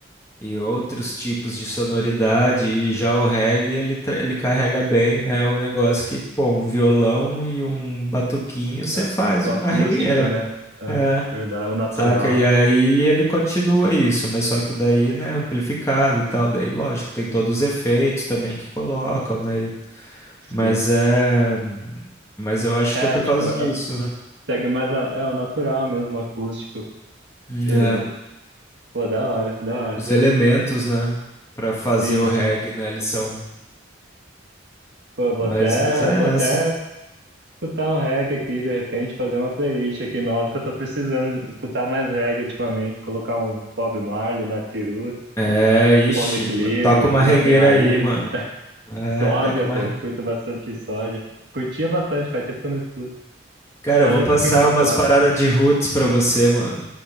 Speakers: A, on the left; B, on the right.
A: e outros tipos de sonoridade, e já o reggae ele, tra- ele carrega bem, né? O negócio que, pô, um violão e um batuquinho você
B: Ah,
A: faz
B: O
A: uma
B: acústico,
A: regueira,
B: né? É,
A: é,
B: verdade. O natural,
A: saca? E aí ele continua isso, mas só que daí, né, amplificado e tal, daí lógico, tem todos os efeitos também que colocam, né? e-
B: sim.
A: mas é. Mas eu acho
B: É,
A: que é por
B: tipo,
A: causa
B: é,
A: disso, né?
B: segue mais a- é, o natural mesmo, o acústico.
A: Né,
B: É, pô, da hora, da hora.
A: Os elementos, né, Pra fazer
B: Sim,
A: o
B: sim.
A: reggae, né, eles são.
B: Pô, eu vou
A: Mas,
B: até,
A: mas é
B: eu vou até
A: essa.
B: escutar o reggae aqui, de repente, fazer uma playlist aqui nova, que eu tô precisando escutar mais reggae ultimamente. Colocar um Bob Marley, Nat Roots,
A: É, ixi,
B: Ponto de Equilíbrio,
A: b- toca uma
B: Plantei
A: regueira
B: Raiz,
A: aí, mano.
B: <laughs>
A: É,
B: Soja,
A: toca uma
B: pô,
A: re...
B: eu curto bastante Soja. Curtia bastante, faz tempo que eu não escuto.
A: Cara,
B: Soja
A: eu vou passar
B: é um pouquinho mais
A: umas
B: pop.
A: paradas de roots pra você, mano.